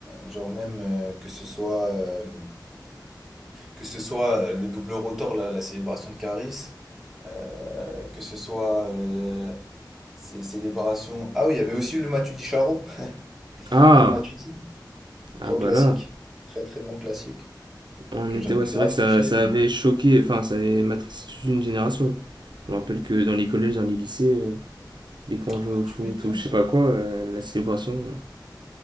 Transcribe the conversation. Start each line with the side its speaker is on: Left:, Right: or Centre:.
Centre: genre même euh, que ce soit euh, que ce soit euh, le double rotor là, la célébration de Caris, euh, que ce soit euh, ces célébrations. Ah oui, il y avait aussi le Matuidi Charo
Right: Ah
Centre: de Matuidi, gros
Right: Ah
Centre: classique,
Right: bah là
Centre: très très grand classique
Right: On
Centre: que
Right: était,
Centre: j'avais
Right: ouais, c'est
Centre: grave
Right: vrai que ça,
Centre: kiffé,
Right: ça
Centre: mais
Right: avait choqué, enfin, ça avait matrixé toute une génération. Je me rappelle que dans les collèges, dans les lycées, euh, dès qu'on
Centre: ah
Right: jouait
Centre: bah
Right: au foot
Centre: tu m'étonnes.
Right: ou je sais pas quoi, euh, la célébration. euh,